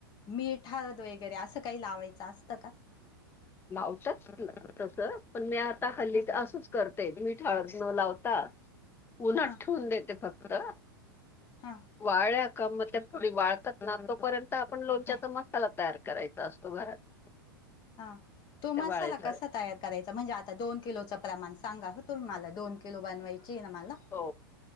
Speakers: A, on the left; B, on the left.
A: मिठ हळद वगैरे असं काही लावायचं असतं कां.
B: लावतात तसं पणं मीं आता हल्लीत
A: हा
B: असंच करते मीठ हळद नं लावता ऊनात
A: हा
B: ठवून देते फक्तं
A: हां
B: वाळ्या कां मगं त्यां थोडी वाळतात ना तोपर्यंत आपणं लोणच्याचा
A: हा
B: मसाला तयार करायचा, असतों घरांत.
A: हां तो मसाला
B: वाळेपर्यंत
A: कसा तयार करायचा म्हणजे आता दोन किलोच प्रमाणं सांगा हो तुम्हीं मला दोन किलो बनवायची आहे ना मला.
B: हो